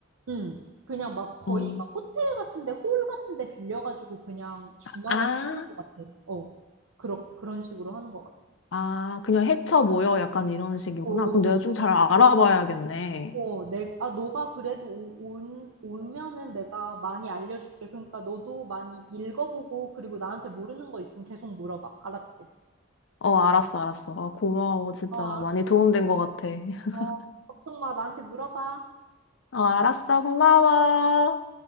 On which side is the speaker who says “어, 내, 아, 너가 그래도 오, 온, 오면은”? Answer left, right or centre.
Right